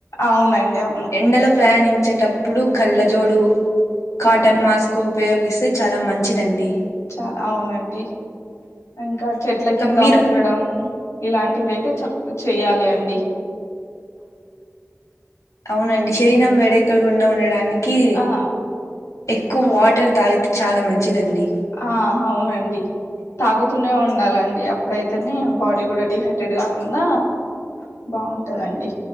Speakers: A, on the left; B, on the left.
A: అవునండి అవును
B: ఎండలో ప్రయాణించేటప్పుడు కళ్ళజోడు కాటన్
A: అవును
B: మాస్ కు ఉపయోగిస్తే చాలా మంచిదండి
A: చాల అవునండి ఇంకా చెట్ల
B: ఇంకా
A: కింద
B: మీరు
A: ఉండడము ఇలాంటివైతే చక్ చేయాలి అండి
B: అవునండి శరీరం వేడెక్కకుండా ఉండడానికి
A: ఆ
B: ఎక్కువ్
A: అవు
B: వాటర్ తాగితె చాలా మంచిదండి
A: ఆ హవునండి తాగుతూనే ఉండాలండి అప్డైతేనే బాడీ గుడ డి హైడ్రేట్ గాక్ముండా బావుంటదండి